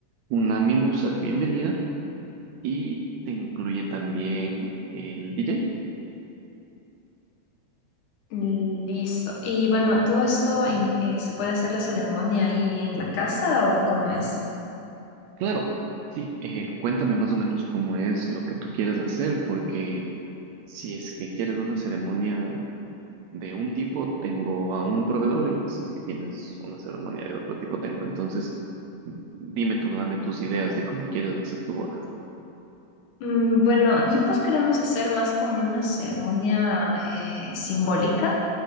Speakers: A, on the right; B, on the left.
A: una mimosa de bienvenida y te incluye también el DJ.
B: Mm, Listo. Y bueno, ¿todo esto in- eh, se puede hacer la ceremonia ahí en la casa o cómo es?
A: Claro, sí, eh, cuéntame más o menos cómo es lo que tú quieres hacer, porque si es que quieres una ceremonia de un tipo tengo a un proveedor y si es que tienes una ceremonia de otro tipo tengo. Entonces, dime tú, dame tus ideas de cómo quieres hacer tu boda.
B: Mm, Bueno, nosotros queremos hacer más como una ceremonia eh, simbólica.